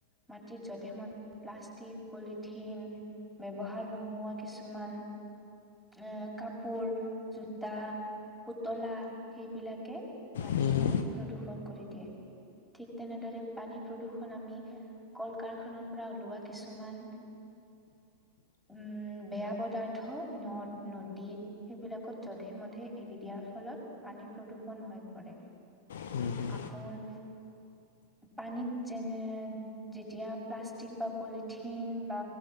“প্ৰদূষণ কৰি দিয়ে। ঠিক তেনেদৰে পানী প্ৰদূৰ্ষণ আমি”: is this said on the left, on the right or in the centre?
Centre